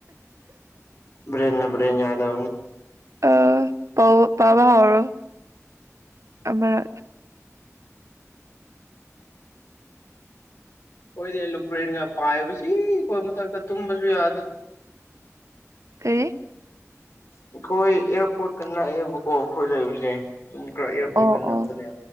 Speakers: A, on the left; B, on the right.
A: ꯭ꯔꯦ ꯕ꯭ꯔꯦꯅ ꯌꯥꯗ
B: ꯑ ꯄꯥꯎ ꯄꯕꯔꯣ ꯑꯔ
A: ꯑꯩꯈꯣꯏꯗꯤ ꯂꯨꯄ꯭ꯔꯦꯟꯒ ꯄꯥꯏꯕꯁꯤ ꯑꯩꯈꯣꯏ ꯃꯊꯛꯇ ꯇꯨꯝꯕꯁꯨ ꯌꯥꯗꯦ
B: ꯀ
A: ꯑꯩꯈꯣꯏ ꯑꯦꯌꯥꯔꯄꯣꯔꯠꯀ ꯅꯛꯑꯦꯕꯀꯣ ꯑꯩꯈꯣꯏ ꯂꯩꯕꯁꯦ ꯑꯗꯨꯝ ꯈꯔ ꯑꯦꯌꯥꯔꯄꯣꯔꯠꯀ
B: ꯑꯣ
A: ꯅꯛꯄꯅꯦꯕ
B: ꯑꯣ